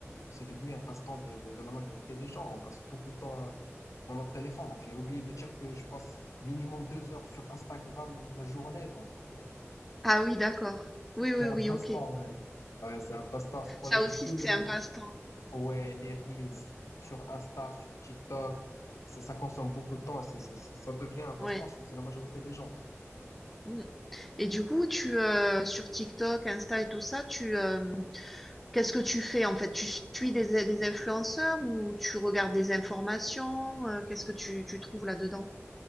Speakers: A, on the left; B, in the centre.
A: c'est devenu un passe-temps de, de, de la majorité des gens. On passe beaucoup de temps à- dans notre téléphone. Donc, j'ai oublié de dire que je passe minimum deux heures sur Instagram la journée. Donc, euh,
B: Ah oui, d'accord. Oui, oui,
A: c'est un
B: oui,
A: passe-temps,
B: ok.
A: ouais. Ouais, c'est un passe-temps à scroller
B: Ça
A: sur
B: aussi,
A: tous les,
B: c'est un passe-temps.
A: ouais, les Reels, sur Insta, sur TikTok. Ça, ça consomme beaucoup de temps. et ça, ça ça- ça devient un passe-temps
B: Ouais.
A: chez chez la majorité des gens.
B: Mm. Et du coup, tu, euh, sur TikTok, Insta et tout ça, tu, euh, Qu'est-ce que tu fais en fait? Tu suis des, des influenceurs ou tu regardes des informations? Euh, Qu'est-ce que tu, tu trouves là-dedans?